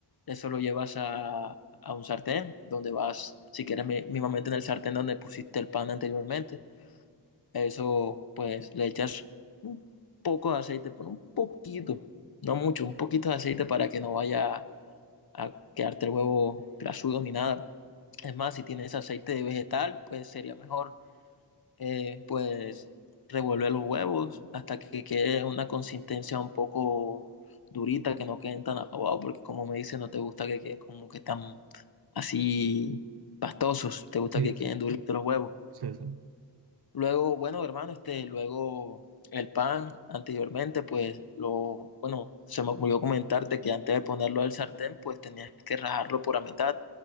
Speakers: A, on the left; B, on the right.
A: eso lo llevas a, a un sartén donde vas, si quieres, mínimamente en el sartén donde pusiste el pan anteriormente, eso, pues, le echas un poco de aceite, pero un poquito, no mucho, un poquito de aceite para que no vaya a quedarte el huevo grasudo ni nada. Es más, si tienes aceite de vegetal, pues sería mejor, eh, pues, revolver los huevos hasta que quede una consistencia un poco durita, que no queden tan aguados, porque como me dices, no te gusta que queden como que tan así pastosos, te gusta
B: Sí,
A: que queden duritos los huevos.
B: sí, sí.
A: Luego, bueno, hermano, este, luego el pan anteriormente, pues lo, bueno, se me ocurrió comentarte que antes de ponerlo al sartén, pues tenías que rajarlo por la mitad